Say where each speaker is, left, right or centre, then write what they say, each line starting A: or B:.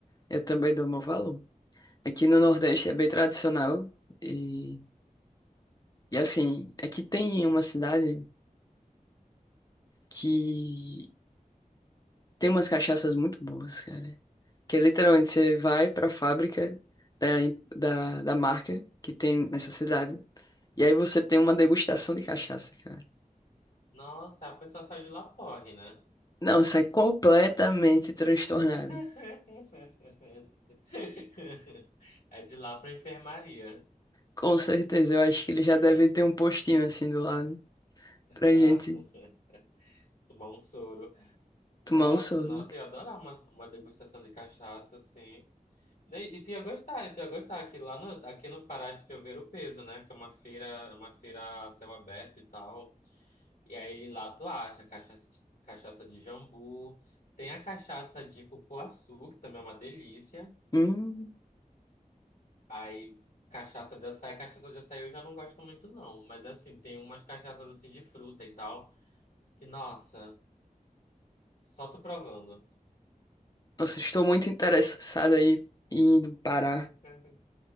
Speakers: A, on the left; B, on the left.
A: eu também dou meu valor. Aqui no Nordeste é bem tradicional. E, e assim, aqui tem uma cidade que tem umas cachaças muito boas, cara. Que é literalmente você vai para a fábrica da, em- da, da marca que tem nessa cidade. E aí você tem uma degustação de cachaça, cara.
B: Nossa, a pessoa saiu de lá porre, né?
A: Não, sai completamente transtornado.
B: <laughs> É de lá pra enfermaria.
A: Com certeza, eu acho que
B: <laughs>
A: eles já devem ter um postinho assim do lado pra
B: Ah,
A: gente
B: <laughs> tomar um soro. Nossa,
A: tomar um soro.
B: nossa, eu ia adorar uma, uma degustação de cachaça, assim. E, e tu ia gostar, e tu ia gostar. Aqui, lá no, aqui no Pará de teu ver o peso, né? Que é uma feira, é uma feira a céu aberto e tal. E aí lá tu acha cachaça, de- cachaça de jambu. Tem a cachaça de cupuaçu, que também é uma delícia.
A: Hum,
B: Aí cachaça de açaí. Cachaça de açaí eu já não gosto muito, não. Mas assim, tem umas cachaças assim de fruta e tal. Que, nossa, só tu provando.
A: nossa, estou muito interessado aí em indo pará
B: <laughs>